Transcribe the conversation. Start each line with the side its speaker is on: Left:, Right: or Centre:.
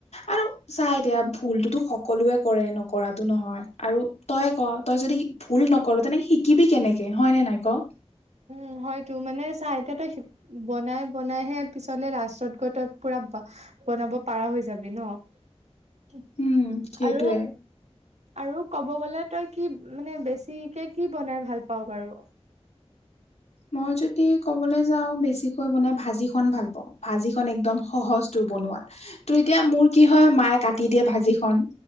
Left: আৰু চা এতিয়া ভুলতোতো সকলোৱে কৰে, নকৰাতটো নহয় আৰু তইে ক তই যদি ভুল নকৰো তেনেকে শিকিবি কেনেকে হয়নে নাই ক?
Right: উম হয়তো, মানে চা এতিয়া তই শ বনাই বনাইহে পিছলে লাষ্টত গৈ তই পুৰা বনাব পাৰা হৈ যাবি ন কি
Left: উম সেইটোৱে
Right: আৰু আৰু ক'ব গ'লে তই কি মানে বেছিকে কি বনাই ভাল পাওঁ বাৰু।
Left: মই যদি ক'বলৈ যাওঁ বেছিকৈ বনাই ভাজিখন ভাল পাওঁ, ভাজিখন একদম সহজ তোৰ বনোৱাত। ত, এতিয়া মোৰ কি হয় মায়ে কাটি দিয়ে ভাজিখন।